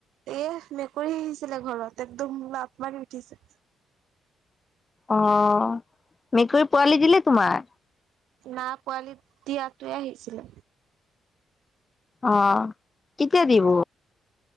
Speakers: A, on the right; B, on the left.
A: এ মেকুৰী আহিছিলে ঘৰত একদম মাপ মাৰি উঠিছে।
B: অ মেকুৰী পোৱালি দিলে তোমাৰ?
A: না পোৱালি দিয়াটোৱে আহিছিলে
B: অ কেতিয়া দিব?